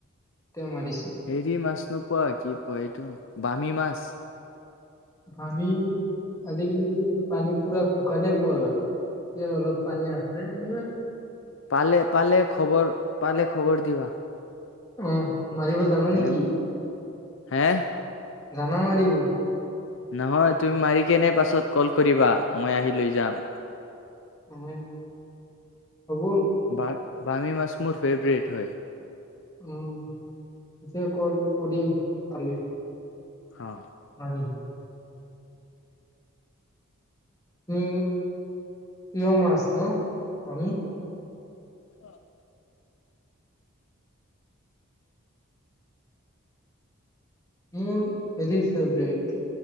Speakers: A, on the left; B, on the left.
A: মাৰিছিলো
B: হেৰি, মাছ নোপোৱা। কি কয় ইটো বামী মাছ।
A: বামী, আজিকালি পানী পুৰা শুকালে পুৰা। এতিয়া অলপ পানী আছে। এ
B: পালে-পালে খবৰ পালে খবৰ দিবা।
A: উম। মাৰিব জানা
B: মানে
A: নেকি।
B: হে
A: জানা মাৰিব।
B: নহয়, তুমি মাৰি কেনে পাছত কল কৰিবা। মই আহি লৈ যাম।
A: উম, হ'ব।
B: বা-বামী মাছ মোৰ ফেভৰেট হয়।
A: উম, পিছে কল কৰিম কালি।
B: অ।
A: উম। উ, প্ৰিয় মাছ ন বামী।
B: অ।
A: মোৰ হেৰি ফেভৰেট,